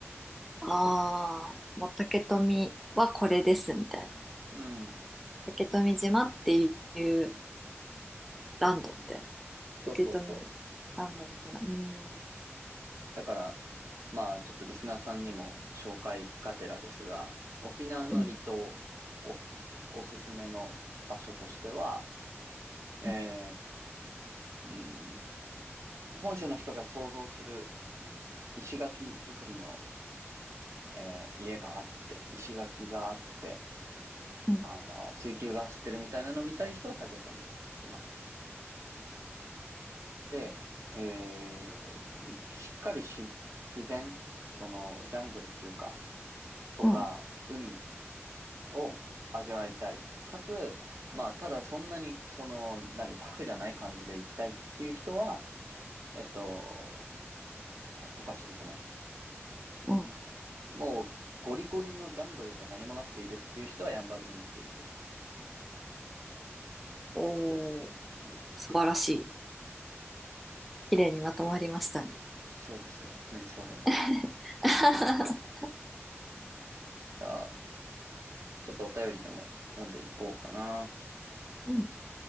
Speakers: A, in the centre; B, on the right.
A: ああ、もう竹富はこれですみたいな。
B: うん。
A: 竹富島っていうランドみたいな。竹富ランドみたいな。
B: そうそうそう。
A: うん。
B: だから、まあ、ちょっとリスナーさんにも紹介がてらですが、沖縄の離島おす、
A: うん
B: おすすめの場所としては、えー
A: う
B: うん、本州の人が想像する石垣作りの、えー家があって、石垣があって、
A: ん
B: あの、水球が走ってるみたいなの見たい人は竹富島。で、えーしっかりし、自然、その、ジャングルっていうか、とか、
A: うん
B: 海、を味わいたい。かつ、まあ、ただそんなに、その、何、タフじゃない感じで行きたいっていう人は、えっと、あれ渡嘉敷島。
A: うん
B: もう、ゴリゴリのジャングルで何もなくていいですっていう人はやんばるに行くといいと思
A: おおー、
B: う。うん。
A: 素晴らしい。綺麗にまとまりましたね。
B: そうですよ。メンソーレ。
A: <laughs>
B: じゃあ、ちょっとお便りでも読んでいこうかな。
A: うん